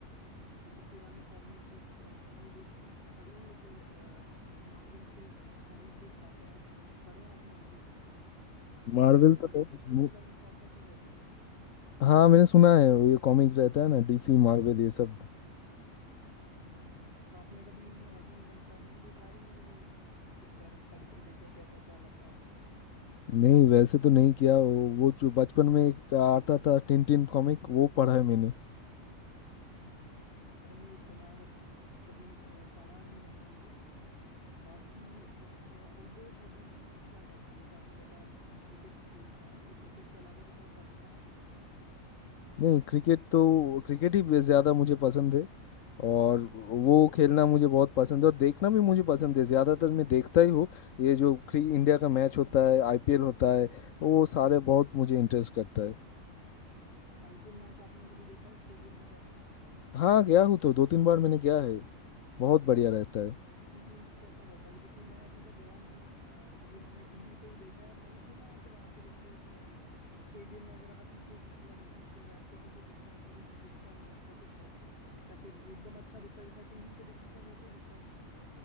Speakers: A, on the left; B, on the left.
A: जैसे पुराने कॉमिक बुक और ये देख आपने पढ़ी है जैसे मार्वल के कॉमिक बुक्स आते हैं पढ़े हैं आपने कोई से
B: मार्वल
A: जिसके अंदर
B: तो
A: इनकी
B: नहीं
A: स्टोरी
B: मु-
A: लाइन प्रॉपर ही रहती है
B: हाँ मैंने सुना है वो ये कॉमिक रहता है ना डीसी मार्वल ये सब
A: हम्म हम्म, हम्म। तो आपने कभी उनमें हॉबीज मतलब आपने कभी ट्राई नहीं करी वो चीज कि एक बार पढ़ के देखें कैसा क्या लगता है
B: नहीं वैसे तो नहीं किया वो वो जो बचपन में एक आता था टिन टिन कॉमिक वो पढ़ा है मैंने
A: <laughs> मैंने भी सुना है बट कभी अ, पढ़ा नहीं मैंने भी वो बाकी आप आउटडोर हॉबीज में आप क्या करते हैं जैसे आपने बताया आप क्रिकेट खेलते हैं तो क्रिकेट के अलावा कुछ और करते हैं आप
B: नहीं क्रिकेट तो क्रिकेट ही ज्यादा मुझे पसंद है और वो खेलना मुझे बहुत पसंद है और देखना भी मुझे पसंद है ज्यादातर मैं देखता ही हूँ ये जो क्रि- इंडिया का मैच होता है आईपीएल होता है वो
A: हम्म हम्म
B: सारे बहुत मुझे इंटरेस्ट करता है
A: आईपीएल मैच आपने कभी देखा है स्टेडियम में जाके
B: हाँ गया हूँ तो दो तीन बार मैंने गया है बहुत बढ़िया रहता है
A: एक्सपीरियंस कैसा रहता है क्योंकि मैं अभी तक गया नहीं हूँ अ, मतलब मैंने टीवी पे ही देखा है मैंने सुना है कि वहां पे जैसे स्टेडियम में अगर आप पीछे पीछे वाली सीट पे बैठते हो तो कुछ इतना क्लियर <laughs> दिखता नहीं है। ऐसा कुछ है क्या या फिर एकदम अच्छा दिखता है जैसा टीवी पे दिखता है वैसा ही दिखता है उस पे